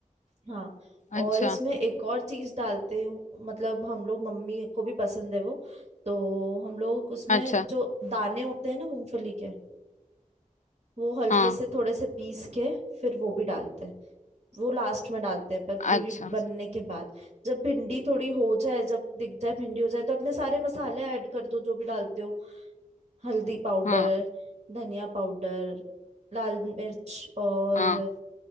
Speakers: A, on the right; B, on the left.
A: हाँ
B: अच्छा,
A: और इसमें एक और चीज डालते हूँ मतलब हम लोग मम्मी को भी पसंद है वो तो हम लोग उसमें
B: अच्छा,
A: जो दाने होते हैं ना मूंगफली के वो हल्के
B: हाँ,
A: से थोड़े से पीस के फिर वो भी डालते हैं वो लास्ट में डालते हैं पर पूरी
B: अच्छा,
A: बनने के बाद जब भिंडी थोड़ी हो जाए जब दिख जाए भिंडी हो जाए तो अपने सारे मसाले ऐड कर दो जो भी डालते हो हल्दी पाउडर
B: हाँ,
A: धनिया पाउडर लाल मिर्च और
B: हाँ,